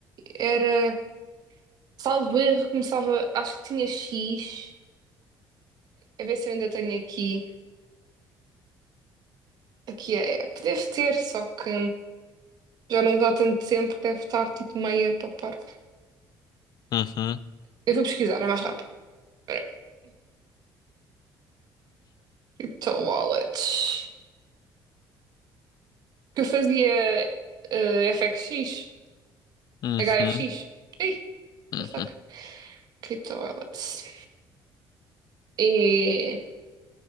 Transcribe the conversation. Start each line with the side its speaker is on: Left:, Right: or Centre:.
Right: era. Salvo erro, começava. Acho que tinha X. A ver se eu ainda tenho aqui. Aqui a app. Deve ter, só que já não dá tanto tempo, deve estar tipo meia para parte.
Left: Uhum,
Right: Eu vou pesquisar, é mais rápido. Espera. Crypto Wallets. que eu fazia eh, FXX,
Left: uhum,
Right: HFX. Ei,
Left: uhum.
Right: the fuck? Que toilets. E